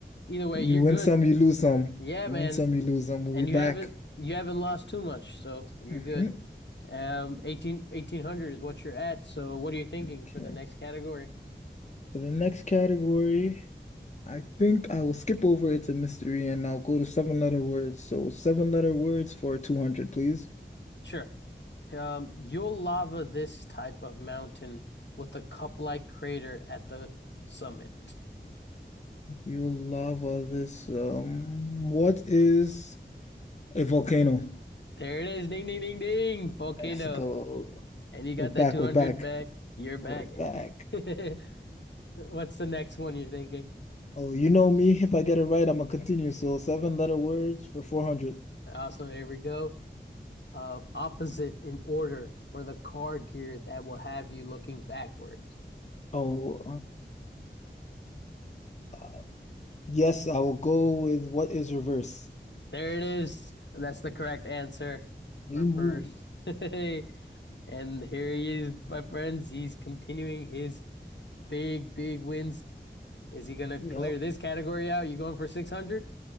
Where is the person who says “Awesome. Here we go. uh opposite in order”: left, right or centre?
Left